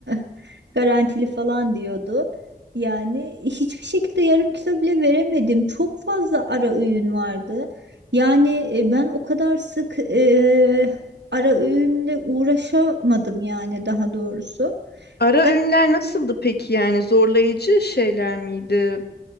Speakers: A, on the right (about 75°); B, on the left (about 60°).
A: <laughs> garantili falan diyordu. Yani hiçbir şekilde yarım kilo bile veremedim. Çok fazla ara öğün vardı. Yani e, ben o kadar sık e, ara öğünle uğraşamadım yani daha doğrusu.
B: Ara
A: Ben
B: öğünler nasıldı peki yani zorlayıcı şeyler miydi?